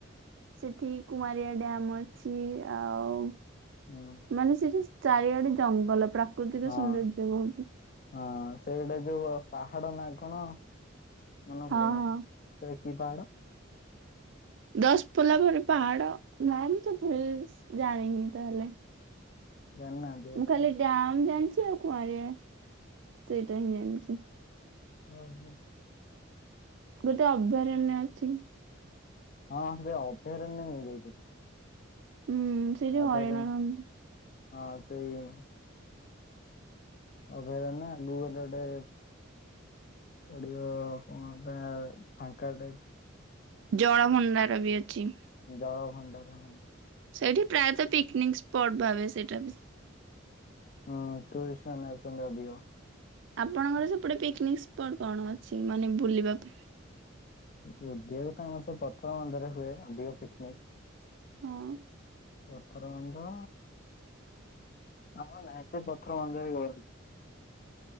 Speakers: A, on the right (about 60°); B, on the left (about 40°).
A: ସେଠି କୁଆଁରିଆ ଡ୍ୟାମ ଅଛି ଆଉ
B: ହଁ।
A: ମାନେ ସେଠି ଚାରିଆଡେ ଜଙ୍ଗଲ ପ୍ରାକୃତିକ
B: ହଁ
A: ସୌନ୍ଦର୍ଯ୍ୟ ବହୁଛି।
B: ହଁ ସେଇଟା ଯୋଉ ଆ ପାହାଡ ନା କଣ ମନେ
A: ହଁ
B: ପଡୁନି
A: ହଁ
B: ସେ କି ପାହାଡ?
A: ଦଶପଲ୍ଲା ପରେ ପାହାଡ ନାଇନି ତ ଫି ସ ଜାଣିନି ତାହେଲେ
B: ଜାଣିନାହାନ୍ତି? ଆପଣ?
A: ମୁଁ ଖାଲି ଡ୍ୟାମ ଜାଣିଛି ଆଉ କୁଆଁରିଆ ସେଇଟା ହିଁ ଜାଣିଛି।
B: ଓହୋ।
A: ଗୋଟେ ଅଭୟାରଣ୍ୟ ଅଛି।
B: ହଁ ଯୋଉ ଅପୟାରଣ୍ୟ ମୁଁ ଯାଇଥିଲି।
A: ହୁଁ। ସେଇଠି
B: ଅଭୟାରଣ୍ୟ
A: ହରିଣ ରହନ୍ତି।
B: ହଁ ସେଇ ଅଭୟାରଣ୍ୟ ଆଗକୁ ଗଲେ <unintelligible> ପଡିିବ କଣ ଗାଁ ଫାଙ୍କା ଟାଇପ ର
A: ଜଳ ଭଣ୍ଡାର ବି ଅଛି।
B: ଜଳଭଣ୍ଡାର ହଁ।
A: ସେଇଠି, ପ୍ରାୟତଃ ପିକନିକ ସ୍ପଟ ଭାବେ ସେଇଟା ବ
B: ହୁଁ, ଟୁରିଷ୍ଟ ମାନେ ଆସନ୍ତି ଅଧିକ।
A: ଆପଣଙ୍କର ସେପଟେ ପିକନିକ ସ୍ପଟ କଣ ଅଛି? ମାନେ ବୁଲିବା ପାଇଁ।
B: ଓଦଆକୁ ତ ଆମର ସେ ପଥ୍ର ମନ୍ଦିରେ ହୁଏ ଅଧିକ ପିକନିକ
A: ହଁ।
B: ଅଠର ମଞ୍ଜ। ଆମର ନାଇଁ ସେ ପଥମ ମନ୍ଦିର ଗଳି।